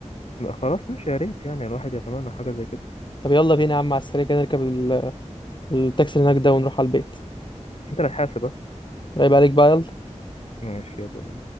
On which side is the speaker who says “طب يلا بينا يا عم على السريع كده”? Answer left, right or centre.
Left